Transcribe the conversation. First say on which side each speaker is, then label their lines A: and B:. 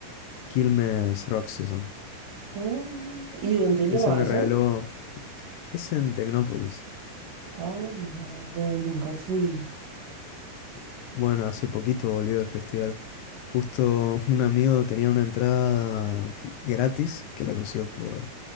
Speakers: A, on the left; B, on the right.
A: Quilmes Rock se llama.
B: Oh, ¿y dónde lo
A: Ese
B: hacen?
A: me regaló. Es en Tecnópolis.
B: Ah, mira, no, nunca fui.
A: Bueno, hace poquito volvió el festival. Justo <laughs> un amigo tenía una entrada que- gratis que la consiguió por